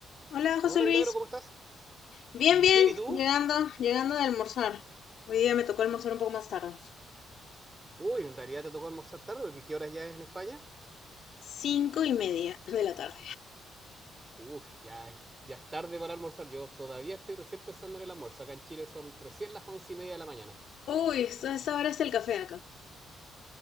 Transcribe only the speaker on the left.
Hola, José
Luis.
Bien,
bien,
llegando, llegando de almorzar. Hoy día me tocó almorzar un poco más tarde.
Cinco y media de la tarde.
Uy, esto- esta hora está el café acá.